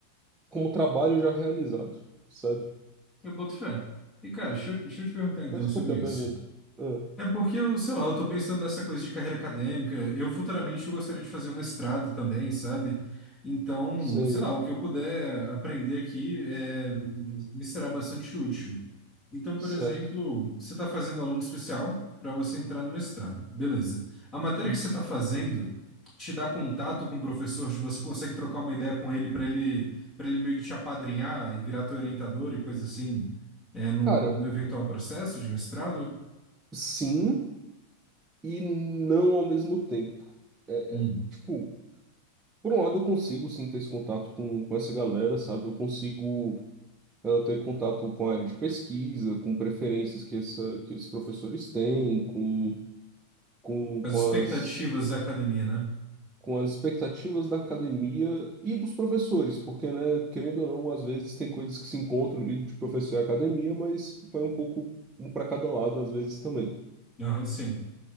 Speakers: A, on the right; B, on the left.
A: como trabalho já realizado, sabe?
B: Eu boto fé. E, cara, deixa eu, deixa eu te perguntar então
A: Mas
B: sobre
A: por que a
B: isso.
A: pergunta? Ah,
B: É porque eu, sei lá, eu tô pensando nessa coisa de carreira acadêmica. Eu futuramente eu gostaria de fazer um mestrado também, sabe? Então,
A: Sei,
B: sei lá, o que eu puder aprender aqui é, me será bastante útil. Então,
A: certo.
B: por exemplo, você está fazendo aluno especial para você entrar no mestrado. Beleza. A matéria
A: Isso.
B: que você está fazendo te dá contato com o professor, tipo, você consegue trocar uma ideia com ele para ele, para ele meio que te apadrinhar e virar teu orientador e coisa assim, é, no,
A: Cara,
B: no eventual processo de mestrado?
A: sim e não ao mesmo tempo. É,
B: Hum.
A: é, tipo, por um lado eu consigo sim ter esse contato com, com essa galera, sabe? Eu consigo eh, ter contato com a área de pesquisa, com preferências que, essa, que os professores têm, com, com,
B: As
A: com
B: expectativas
A: as,
B: da academia, né?
A: com as expectativas da academia e dos professores, porque, né, querendo ou não, às vezes tem coisas que se encontram ali de professor e academia, mas vai um pouco um para cada lado às vezes também.
B: Aham, sim.